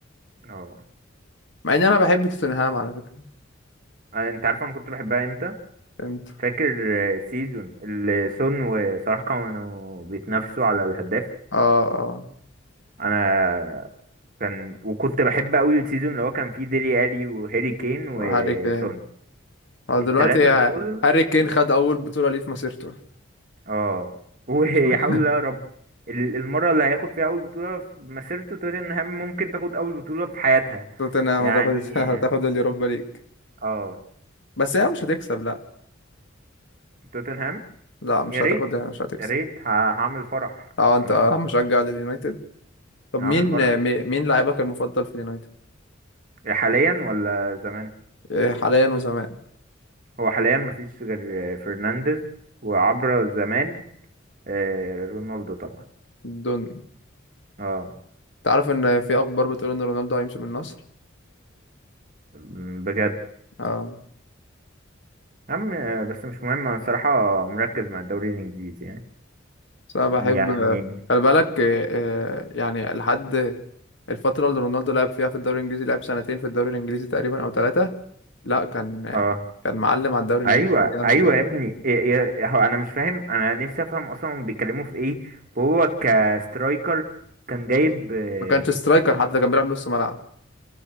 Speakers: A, on the right (about 45°); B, on the left (about 65°).
A: اه
B: مع ان انا بحب توتنهام على فكره
A: آه، انت عارف انا كنت بحبها امتى
B: فهمت
A: فاكر سيزون اللي سون وصلاح كانوا بيتنافسوا على الهداف
B: اه اه
A: انا كان وكنت بحب قوي السيزون اللي هو كان فيه ديلي الي وهاري كين وسون
B: وهاري كين اه
A: التلاتة
B: دلوقتي ه-
A: دول
B: هاري كين خد اول بطوله ليه في مسيرته
A: اه <laughs> ويحاول
B: <laughs>
A: يا رب ال- المرة اللي هياخد فيها اول بطولة في مسيرته توتنهام ممكن تاخد اول بطولة في حياتها
B: توتنهام
A: يعني
B: هتاخد هتاخد اليوروبا ليج
A: اه
B: بس هي مش هتكسب لا
A: توتنهام
B: لا مش
A: يا ريت
B: هتاخد مش هتكسب
A: يا ريت ه- هعمل فرح
B: اه انت
A: عموما
B: مشجع لليونايتد طب
A: هعمل
B: مين
A: فرح
B: مي- مين لاعبك المفضل في اليونايتد
A: حاليا ولا زمان
B: إيه، حاليا وزمان
A: هو حاليا مفيش غير فرنانديز وعبر زمان آه، رونالدو طبعا
B: دون
A: اه
B: انت عارف ان في اخبار بتقول ان رونالدو هيمشي من النصر
A: م، بجد
B: اه
A: يا عم آه، بس مش مهم انا الصراحة مركز مع الدوري الانجليزي يعني
B: بس انا بحب
A: يعني
B: خلي بالك آه، آه، يعني لحد الفترة اللي رونالدو لعب فيها في الدوري الانجليزي لعب سنتين في الدوري الانجليزي تقريبا او ثلاثة لا كان آه،
A: اه
B: كان معلم على الدوري الانجليزي
A: ايوه
B: جامد
A: ايوه
B: يعني.
A: يا ابني إيه- إيه- هو انا مش فاهم انا نفسي افهم اصلا هما بيتكلموا في ايه وهو كسترايكر كان جايب آه،
B: ما كانش سترايكر حتى كان بيلعب نص ملعب